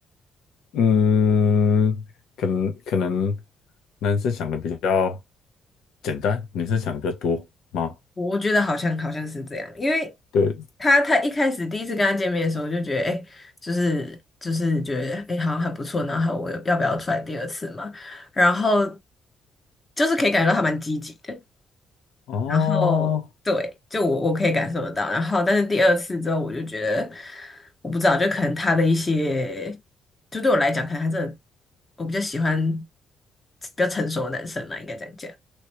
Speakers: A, on the left; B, on the left.
A: 嗯，可能可能男生想的比较简单，女生想的比较多吗？
B: 我觉得好像好像是这样，因为
A: 对，
B: 他他一开始第一次跟他见面的时候，我就觉得哎、诶就是就是觉得哎、诶好像很不错，然后我要不要出来第二次嘛？然后就是可以感觉到他蛮积极的，
A: 哦，
B: 然后对，就我我可以感受得到，然后但是第二次之后，我就觉得我不知道，就可能他的一些，就对我来讲，可能他真的我比较喜欢比较成熟的男生嘛，应该这样讲。